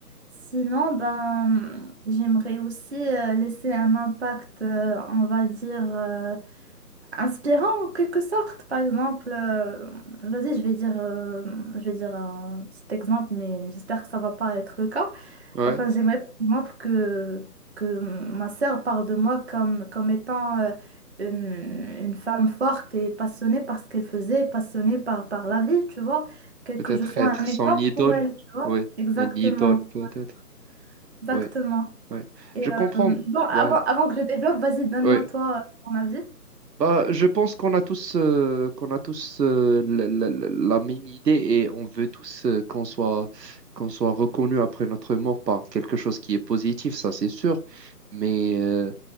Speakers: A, on the right; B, on the right.
A: Sinon, ben, j'aimerais aussi euh, laisser un impact, euh, on va dire. euh, Inspirant en quelque sorte, par exemple, euh, vas-y, je vais dire, euh, je vais dire un petit exemple, mais j'espère que ça va pas être le cas.
B: ouais.
A: Enfin, j'aimerais par exemple que, que ma sœur parle de moi comme, comme étant euh, une, une femme forte et passionnée par ce qu'elle faisait, passionnée par, par la vie, tu vois, que, que
B: Peut-être
A: je sois
B: être
A: un exemple
B: son idole.
A: pour elle, tu vois.
B: Oui,
A: Exactement,
B: un idole peut-être.
A: exactement.
B: Oui, oui.
A: Et
B: Je
A: euh,
B: comprends.
A: bon, avant,
B: Bah,
A: avant que je développe, vas-y, donne-moi
B: oui.
A: toi euh, ton avis.
B: Bah, je pense qu'on a tous, euh, qu'on a tous euh, la, la- la- la même idée et on veut tous euh, qu'on soit, qu'on soit reconnu après notre mort par quelque chose qui est positif, ça c'est sûr. Mais euh,